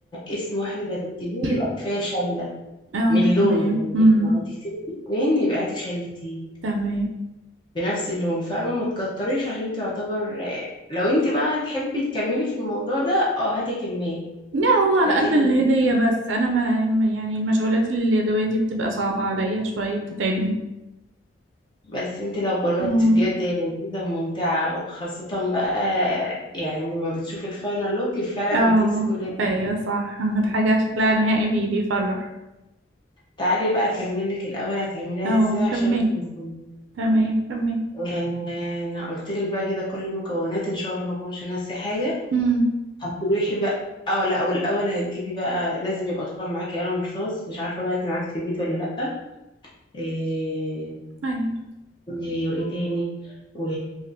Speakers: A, on the left; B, on the right.
A: اسم واحد اللي هتكتبيه
B: <clears throat>
A: يبقى كفايه
B: <coughs>
A: شله
B: اه
A: من لون
B: تمام
A: يعني
B: امم
A: لو هتكتبي اتنين يبقى هاتي شلتين
B: تمام
A: بنفس اللون فاهمة ما تكتريش عشان تعتبر لو انت بقى هتحبي تكملي في الموضوع ده اه هاتي كمية
B: لا هو على
A: لكن
B: قد الهدية بس أنا ما ما- يعني المشغولات اليدوية دي بتبقى صعبة عليا شوية بتتعبني
A: بس انت لو جربتي
B: امم
A: بجد هي لذيذة وممتعة وخاصة بقى يعني لما بتشوفي الفاينل لوك فعلا
B: اه
A: بتنسي كل
B: أيوة
A: ده
B: صح الحاجة شكلها نهائي بي بيفرح
A: تعالي بقى اكملك الاول هتعمليها
B: اه
A: ازاي عشان
B: كملي
A: ما تنسيش.
B: تمام كملي
A: آه، انا قلت لك بقى كده كل المكونات ان شاء الله ما اكونش ناسي حاجة
B: امم
A: هتروحي بقى اه لا والاول هتجيبي بقى لازم يبقى طبعا معاكي قلم رصاص مش عارفة بقى انت معاكي في البيت ولا لا إيه
B: أيوة
A: وإيه تاني و...